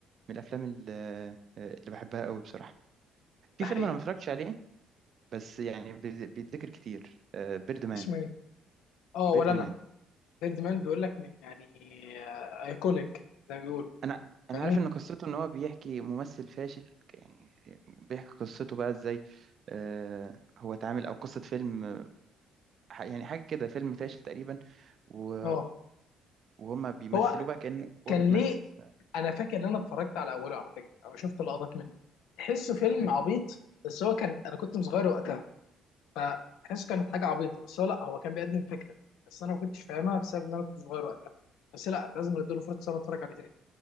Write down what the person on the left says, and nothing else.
ده حقيقي
اسمه ايه اه ولا
انا
ديد مان بيقول لك من يعني ايكونيك زي ما بيقولوا
فاهمني
اه
هو
كان
ليه انا فاكر ان انا اتفرجت على اوله على فكره او شفت لقطات منه تحسه فيلم عبيط بس هو كان انا كنت صغير وقتها فحس كانت حاجه عبيطه بس هو لا هو كان بيقدم فكره بس انا ما كنتش فاهمها بسبب ان انا كنت صغير وقتها بس لا لازم اديله فرصه إن انا اتفرج عليه تاني